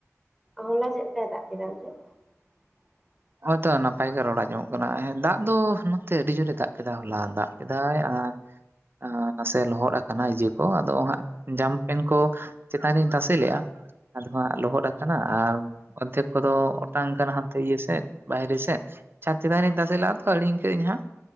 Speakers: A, in the centre; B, on the right (about 45°).
A: ᱦᱚᱞᱟ ᱪᱮᱫ ᱞᱮᱠᱟᱭ ᱫᱟᱜ ᱠᱮᱫᱟ ᱮᱱᱛᱮ? <inaudible>
B: ᱦᱚᱜᱭᱛᱚ ᱱᱟᱯᱟᱭ ᱜᱮ ᱨᱚᱲᱟ ᱟᱡᱚᱢᱚᱜ ᱠᱟᱱᱟ ᱫᱟᱜ ᱫᱚ ᱱᱚᱛᱮ ᱟᱹᱰᱤ ᱡᱳᱨᱮ ᱫᱟᱜ ᱠᱮᱫᱟ ᱦᱚᱞᱟ ᱫᱟᱜ ᱠᱮᱫᱟᱭ ᱟᱨ ᱚ ᱱᱟᱥᱮ ᱞᱚᱦᱚᱫ ᱟᱠᱟᱱᱟ ᱤᱡᱮ ᱠᱚ ᱟᱫᱚ ᱦᱜ ᱡᱟᱢᱯᱮᱱ ᱠᱚ, ᱪᱮᱛᱟᱱ ᱨᱤᱧ ᱛᱟᱥᱮ ᱞᱮᱼᱟ ᱟᱫᱚ ᱦᱟᱸᱜ ᱞᱚᱦᱚᱫ ᱠᱟᱱᱟ ᱟᱨ ᱚᱨᱫᱷᱮᱠ ᱠᱚᱫᱚ ᱚᱴᱟᱝ ᱠᱟᱱᱟ, ᱭᱤᱭᱟᱹ ᱥᱮᱫ ᱵᱟᱭᱨᱮ ᱥᱮᱫ ᱪᱷᱟᱛ ᱪᱮᱛᱟᱱᱨᱤᱧ ᱛᱟᱥᱮ ᱞᱟᱜᱼᱟ ᱛᱚ ᱦᱲᱤᱧ ᱠᱟᱹᱫ ᱟᱹᱧ ᱦᱟᱸᱜ,